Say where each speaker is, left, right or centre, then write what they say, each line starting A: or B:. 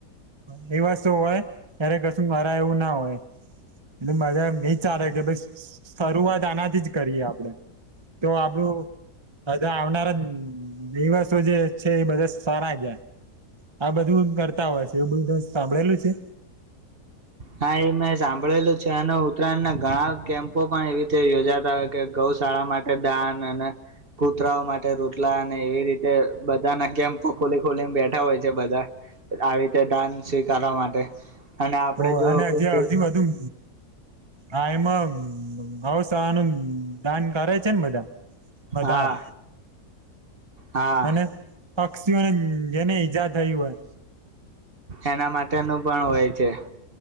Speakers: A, on the right; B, on the right.
A: દવાસો હોય ત્યારે કશું મારા એવું ના હોય એટલે મજા એ ચાલે કે ભ શરૂઆત આનાથી જ કરીએ આપ આપડે તો આપડું હધા આવનારા દીવસો જે છે એ બધા સારા જયા આ બધું કરતા હોય છે એવું બધું ત સાંભળેલું છે
B: હા એ મેં સાંભળેલું છે અને ઉત્તરાયણ ના ઘણા કેમ્પો પણ એવી રીતે યોજાતા હોય કે ગૌશાળા માટે દાન અને કૂતરાઓ માટે રોતલા અને એવી રીતે બધાના કેમ્પો ખોલી ખોલીને બેઠા હોય છે બધા આવી રીતે દાન સ્વીકારવા માટે અને આપડે
A: ઓ
B: જો
A: અને
B: કોઈ
A: હજી હજી બધું આ એમાં હવસાનુ દાન કરે છે ને બધા વધારે
B: હા હા
A: અને પક્ષીઓને જેને ઈજા થયું
B: એના માટેનું પણ હોય છે